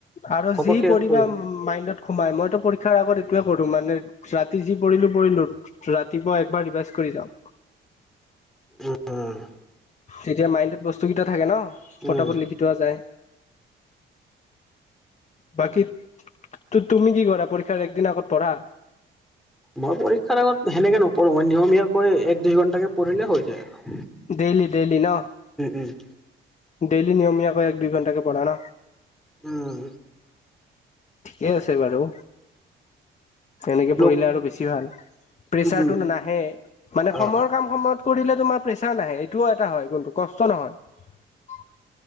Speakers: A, on the left; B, in the centre.
A: আৰু
B: ঘপককে
A: যি পঢ়িবা
B: হৈ
A: মাইণ্ডত সোমাই মইতো পৰীক্ষাৰ আগত এইোৱে কৰো মানে ৰাতি যি পৰিলো, পৰিলো ৰাতিপুৱা একবাৰ ৰিভাইজ কৰি যাওঁ।
B: উম। <inaudible>
A: তেতিয়া মাইণ্ডত বস্তু কেইটা থাকে ন! পতা
B: উম
A: পত লিখি থোৱা যায়। বাকী তো তুমি কি কৰা পৰীক্ষাৰ একদিন আগত পঢ়া?
B: মই পৰীক্ষাৰ আগত সেনেকে নপঢ়োঁ মই নিয়মীয়াকৈ এক দুই ঘণ্টাকে পঢ়িলে হৈ যায় আৰু।
A: ডেইলি, ডেইলি ন।
B: উম
A: ডেইলী নিয়মীয়া কৈ এক দুইঘণ্টা কে পঢ়া ন।
B: উম
A: ঠিকেই আছে বাৰু। তেনেকে
B: লোক
A: পঢ়িলে আৰু বেছি ভাল। প্ৰেচাৰটো
B: উম
A: নাহে মানে সময়ৰ
B: অ
A: কাম সময়ত কৰিলে তোমাৰ প্ৰেছাৰ নাহে এইটোও এটা হয় কিন্তু কষ্ট নহয়।